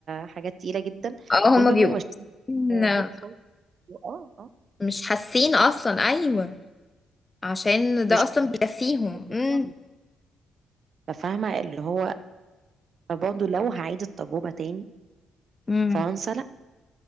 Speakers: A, on the right (about 55°); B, on the left (about 25°).
A: حاجات تقيله جدا
B: اه
A: دول
B: هما
A: بيبقوا
B: بيبقوا
A: مش
B: إن-
A: هوت شوت اه اه
B: مش حاسين أصلا أيوه عشان ده
A: مش
B: أصلا بيكفيهم
A: <laughs>
B: امم
A: فاهمه اللي هو برضه لو هعيد التجربه تاني
B: أيوه
A: فرنسا لا